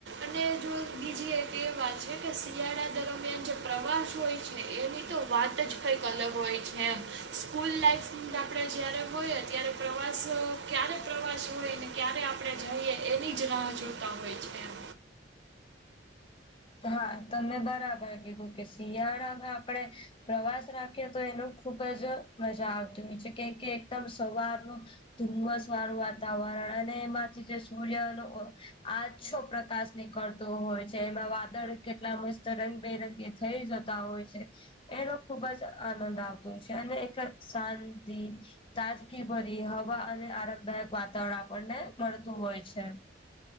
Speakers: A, on the right; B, on the left.
A: અને જો બીજી એક એ વાત છે, કે શિયાળા દરમિયાન પ્રવાસ હોય છે એની તો વાત જ કંઈક અલગ હોય છે, એમ સ્કૂલ લાઈફ આપડે જયારે હોઈય એ ત્યારે પ્રવાસ ક્યારે પ્રવાસ હોયને ક્યારે આપણે જઈએ એની જ રાહ જોતા હોય છે. એમ
B: હા, તમે બરાબર કીધું કે શિયાળામાં આપડે પ્રવાસ રાખેએ તો એનું ખુબ જ મજા આવતી હોય છે કેમ કે એકદમ સવારનો ધુમ્મસ વાળું વાતાવરણ અને એમાંથી જે સૂર્યનો ઓ આંછો પ્ર કાશ નીકળતું હોય છે. એમાં વાદળ કેટલા મસ્ત રંગબેરંગી થઇ જતા હોય છે. એનો ખુબ જ આનંદ આવતો છે અને એક શાંતિ તાજગી ભરી હવા અને આરામદાયક વાતાવરણ આપણને મળતું હોય છે.